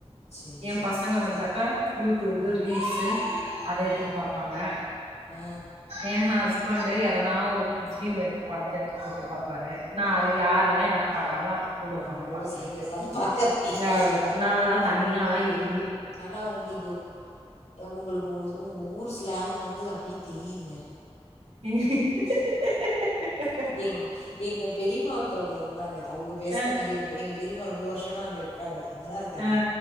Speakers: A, on the left; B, on the right.
A: சரி
B: எ
A: சரி
B: பசங்க
A: சரி
B: வந்தாக்கா
A: சரி
B: யூடியூப்பு
A: ம்
B: ரீல்ஸ் அத
A: ம்
B: எத்ன்னு பாப்பாங்க
A: ஆ
B: எ ஹஸ்பண்டு எதனா ஒரு பிலிம் எடுத்து படத்த எடுத்து போட்டு பாப்பாரு நா அது யாரல்லா என்ன பாக்றாங்களோ அப்ப கூட உக்காந்து
A: அவங்களோட
B: பாத்துனுற்பே
A: சேர்ந்து உட்காந்து பார்க்க வேண்டியதுதான்
B: அவ்ளதா நால்லா தனியால்லா எது
A: ஆனா உங்களுக்கு உங்களுக்கு உங்க உ உங்க ஊர் ஸ்லாங் வந்து ந்து அப்டி தெரியுதுங்க
B: உஹம்
A: எங் எங்க பெரியமா ஒருத்தவங்க இருந்தாங்க அவுக பேசுற
B: அ
A: மாரியேருக்கு எங்க பெரியமா ரொம்ப வருஷ் சமா அங்க இருக்காங்க அங்கதா இருக்காங்க
B: ஆ